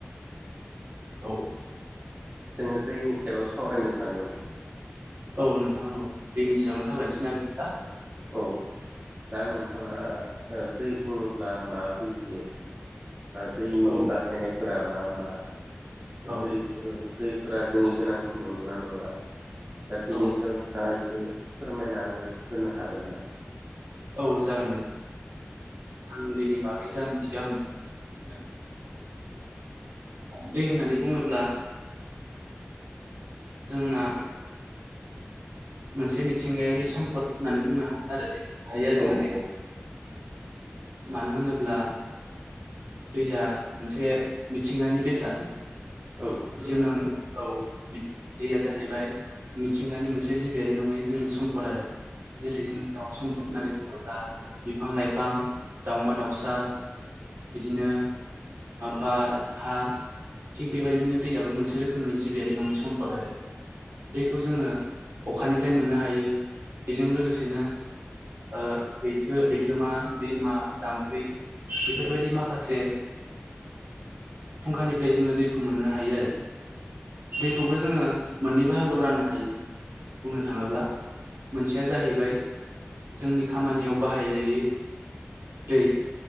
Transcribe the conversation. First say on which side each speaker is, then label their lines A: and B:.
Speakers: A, on the right; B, on the right.
A: औ
B: जोङो दैनि सायाव सावरायनो सानदोंमोन
A: औ नोंथां औ दैनि सायावनो सावरायनोसै ना बिदिल्बा
B: औ दा नोंथाङा दै बुङोब्ला मा बुजियो दैनि
A: औ
B: बाहायनायफोरा मा मा
A: औ
B: दै दैफोरा जोंनि गोनांथि नंगौना नङा दा बिनि
A: औ
B: सायावा एसे फोरमायनानै होनो हागोन ना
A: औ जागोन दे आं बेनि बागै जा मिथियो आं नोंथांनो फोरमाय दै होननानै बुङोब्ला जोंना मोनसे मिथिंगायारि सम्पद होननानै बुंनो हागोन आरो दै हायो आरो जोङो
B: औ
A: दैखौ
B: औ
A: मानो होनोब्ला दैया मोनसे मिथिंगानि बेसाद
B: औ
A: जिउ नाङ औ दैया जाहैबाय मिथिंगानि मोनसे मोनसे जिबियारि नङै जोंनि सम्पद आरो जेरै जोंनियाव सम्पद- होननानै बुङोब्ला बिफां लाइफां दावमा दाउसा बिदिनो बार हा- थिग बेबायदिनो दैयाबो मोनसे रोखोमनि जिबियारि नङि सम्पद आरो दैखौ जोङो अखानिफ्राय मोननो हायो बेजों लोगोसेनो- लैथो लैथोमा दैमा जाम्फै बेफोरबायदि माखासे- फुंखानिफ्राय जोङो दैखौ मोननो हायो आरो। दैखौबो जोङो मोननै बाहागोआव राननो हायो। बुंनो थाङोब्ला मोनसेया जाहैबाय जोंनि खामानियाव बाहायजायो दै